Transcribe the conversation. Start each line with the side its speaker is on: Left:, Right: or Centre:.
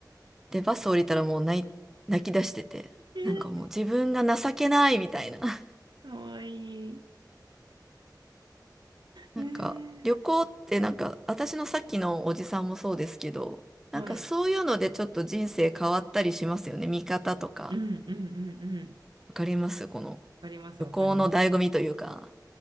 Centre: で、バス降りたらもう泣い、泣き出してて、
Right: え
Centre: なんかもう自分が情けないみたいな。<laughs>
Right: ー、かわいい、かわいい。
Centre: なんか、
Right: えー、
Centre: 旅行ってなんか、私のさっきのおじさんもそうですけど、
Right: はい。
Centre: なんかそういうのでちょっと人生変わったりしますよね。見方とか。
Right: うんうんうんうん。
Centre: わかりますこの
Right: わかります、
Centre: 旅行の醍醐味というか。
Right: わかります。